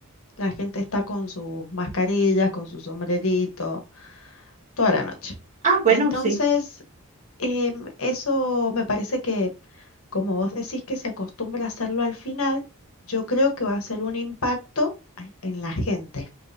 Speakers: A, on the left (about 70°); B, on the right (about 35°).
A: la gente está con sus mascarillas, con su sombrerito, toda la noche.
B: Ah, bueno,
A: Entonces,
B: sí.
A: em, eso me parece que, como vos decís que se acostumbra a hacerlo al final, yo creo que va a ser un impacto en la gente.